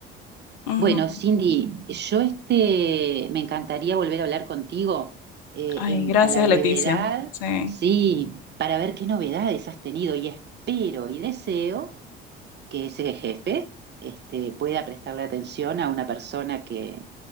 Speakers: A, on the left; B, on the right.
A: ujú.
B: Bueno, Cindy, yo este, me encantaría volver a hablar contigo eh,
A: Ay,
B: en-
A: gracias,
B: a la brevedad,
A: Leticia. Sí,
B: sí, para ver qué novedades has tenido y espero y deseo que ese jefe este, pueda prestarle atención a una persona que,